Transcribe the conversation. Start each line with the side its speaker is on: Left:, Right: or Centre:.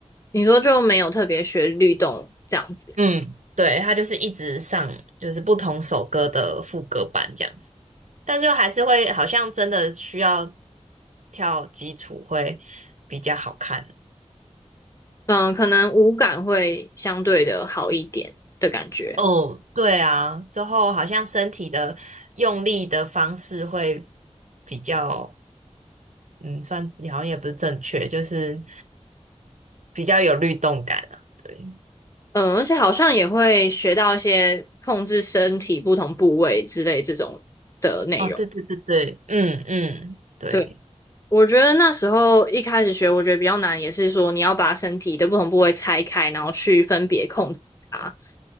Left: 你说就没有特别学律动这样子。
Right: 嗯，对，他就是一直上，就是不同首歌的副歌版这样子，但就还是会好像真的需要跳基础会比较好看。
Left: 嗯，可能五感会相对的好一点的感觉。
Right: 哦，对啊，之后好像身体的用力的方式会比较，嗯，算好像也不是正确，就是比较有律动感啊。对，
Left: 嗯，而且好像也会学到一些控制身体不同部位之类这种的内容。
Right: 哦，对对对对，嗯嗯，对，
Left: 对，我觉得那时候一开始学，我觉得比较难，也是说你要把身体的不同部位拆开，然后去分别控制它，